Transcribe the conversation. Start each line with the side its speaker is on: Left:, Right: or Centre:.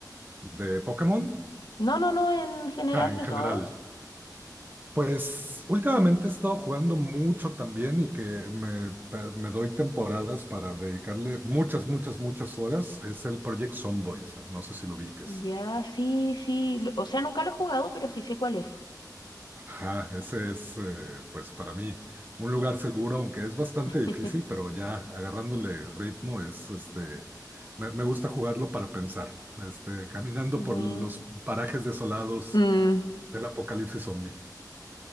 Right: De Pokémon,
Left: No, no, no, en general
Right: ah, en
Left: de
Right: general.
Left: todos.
Right: Pues últimamente he estado jugando mucho también y que me, pe- me doy temporadas para dedicarle muchas, muchas, muchas horas. Es el Project Zomboid. No sé si lo ubiques.
Left: Ya, sí, sí. lo- O sea, nunca lo he jugado, pero sí sé cuál es.
Right: Ajá, ese es, eh, pues para mí, un lugar seguro, aunque es bastante
Left: <laughs>
Right: difícil, pero ya agarrándole ritmo es, este, me, me gusta jugarlo para pensar, este, caminando
Left: Bueno.
Right: por los parajes desolados
Left: Mm,
Right: del apocalipsis zombie.